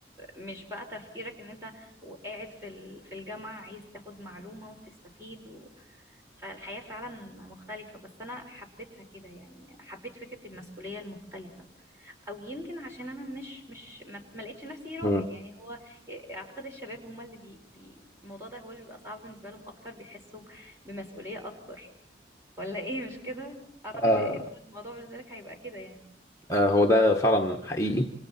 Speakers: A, on the right (about 15°); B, on the left (about 15°).
A: مش بقى تفكيرك ان انت قاعد في ال- في الجامعة عايز تاخد معلومة وتستفيد و... فالحياة فعلا مختلفة بس انا حبيتها كده يعني حبيت فكرة المسؤولية المختلفة او يمكن عشان انا مش مش ما ما لقيتش نفسي راجل
B: مم.
A: يعني هو اعتقد الشباب هم اللي بي, بي الموضوع ده هو اللي بيبقى صعب بالنسبه لهم اكتر بيحسوا بمسؤوليه اكبر ولا ايه مش كده اعتقد
B: آه
A: انت الموضوع بالنسبه لك هيبقى كده يعني
B: آه، هو ده فعلا حقيقي